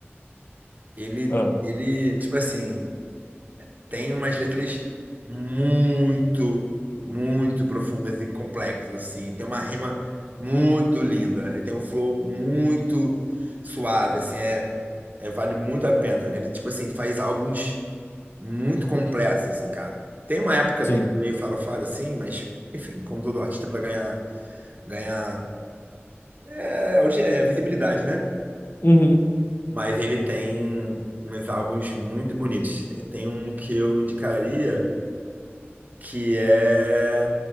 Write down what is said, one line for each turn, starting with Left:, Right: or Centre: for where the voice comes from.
Right: Ele,
Left: Aham.
Right: ele, tipo assim, tem umas letras muito, muito profundas e complexas, assim. Tem uma rima muito linda. Ele tem um flow muito suave, assim. É, é- vale muito a pena. Ele, tipo assim, faz álbuns muito completos, assim, cara. Tem uma época dele
Left: Sim.
Right: meio farofada, assim, mas, enfim, como todo artista, para ganhar, ganhar é, hoje é visibilidade, né?
Left: Uhum.
Right: Mas ele tem uns álbuns muito bonitos. Tem um que eu indicaria que é.